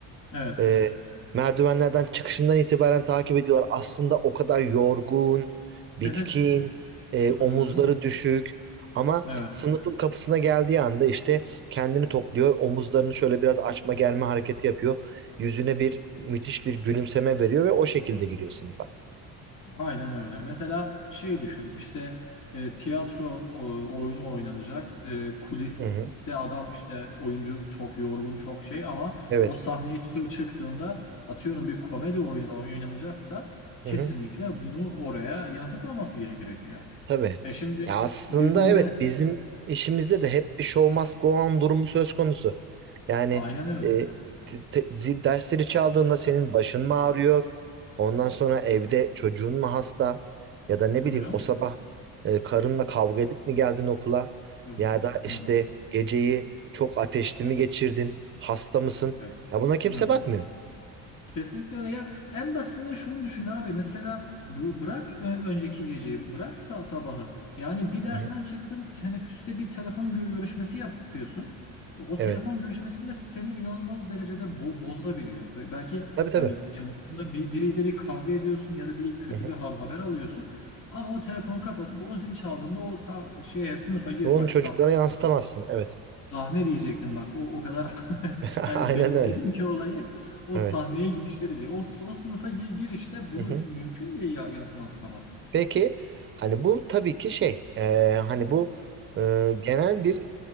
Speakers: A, on the left (about 55°); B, on the right (about 35°).
A: Evet.
B: E, merdivenlerden çıkışından itibaren takip ediyorlar. Aslında o kadar yorgun, bitkin,
A: Evet.
B: e,
A: Hı
B: omuzları
A: hı.
B: düşük. Ama
A: Evet.
B: sınıfın kapısına geldiği anda işte kendini topluyor. Omuzlarını şöyle biraz açma germe hareketi yapıyor. Yüzüne bir müthiş bir gülümseme veriyor ve o şekilde giriyor sınıfa.
A: Aynen öyle. Mesela şey düşün işte e, tiyatro e, oyunu oynanacak. E, kuliste
B: Hı hı.
A: adam işte oyuncu çok yorgun çok şey ama
B: Evet.
A: o sahneye çı- çıktığında atıyorum bir komedi oyunu oynanacaksa kesinlikle
B: Hı hı.
A: bunu oraya yansıtmaması gere- gerekiyor.
B: Tabii.
A: E şimdi
B: Ya aslında
A: bizim
B: evet
A: de
B: bizim işimizde de hep bir show must go on durumu söz konusu. Yani
A: aynen öyle.
B: e, te- te- zil- dersleri çaldığında senin başın mı ağrıyor? Ondan sonra evde çocuğun mu hasta? Ya da ne
A: Tabii
B: bileyim
A: canım.
B: o sabah e, karınla kavga edip mi geldin okula?
A: Hı hı.
B: Ya da işte
A: Hı hı.
B: geceyi çok ateşli mi geçirdin? Hasta mısın?
A: Evet.
B: Ya buna kimse
A: Hı hı.
B: bakmıyor.
A: Kesinlikle öyle. Ya en basitinden şunu düşün abi. Mesela bı- bırak ö- önceki geceyi, bırak sa- sabahı. Yani bir dersten
B: Hı-hı.
A: çıktın, teneffüste bir telefon gö- görüşmesi yapıyorsun. O
B: Evet.
A: telefon görüşmesi bile seni inanılmaz derecede bo- bozabiliyor. Be- belki
B: Tabii tabii.
A: hani telefonda bir, biriyle bir kavga ediyorsun ya da bir kötü
B: Hı-hı.
A: bir ha- haber alıyorsun. Ama o telefonu kapatıp o zil çaldığında o sa- şeye sınıfa gir
B: Bunu
A: bak
B: çocuklara yansıtamazsın. Evet.
A: Sahne diyecektim bak. O o kadar <laughs>
B: <laughs>
A: hani
B: Aynen
A: benimsedim
B: öyle.
A: ki olayı. O
B: Evet.
A: sahneye girişte diyecek. O, o sınıfa gi- girişte bunu
B: Hı hı.
A: mümkün diye ya yansıtamazsın.
B: Peki hani bu tabii ki şey e, hani bu e, genel bir